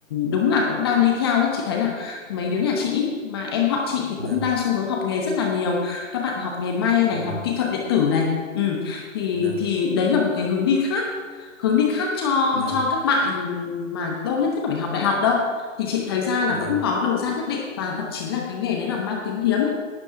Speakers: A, on the left (about 20°); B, on the right (about 45°).
A: đúng là cũng đang đi theo ấy chị thấy là mấy đứa nhà chị mà em họ chị thì
B: dạ
A: cũng đang xu hướng học nghề rất là nhiều các bạn học nghề may này
B: dạ
A: học kỹ thuật điện tử này ừ. thì
B: dạ
A: thì đấy là một cái hướng đi khác hướng đi khác cho
B: dạ
A: cho các bạn mà đâu nhất thiết là phải học đại học đâu thì chị thấy ra là
B: dạ
A: vẫn
B: dạ
A: có đầu ra nhất định và thậm chí là cái nghề đấy là mang tính hiếm